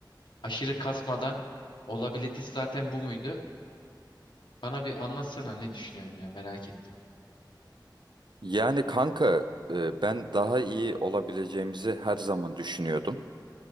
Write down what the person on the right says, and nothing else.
Yani kanka e, ben daha iyi olabileceğimizi her zaman düşünüyordum